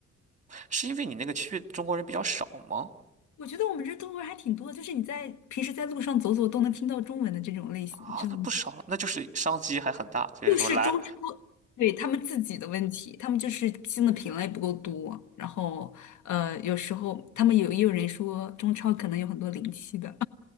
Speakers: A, on the right; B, on the left.
A: 是因为你那个区域中国人比较少吗？
B: 我觉得我们这中国人还挺多的，就是你在平时在路上走走都能听到中文的这种类型，
A: 啊，
B: 知道吗？
A: 那不少了，那就是商机还很大。就是什么来
B: 就是中超，对，他们自己的问题，他们就是新的品类不够多，然后呃，有时候他们有也有人说中超可能有很多临期的，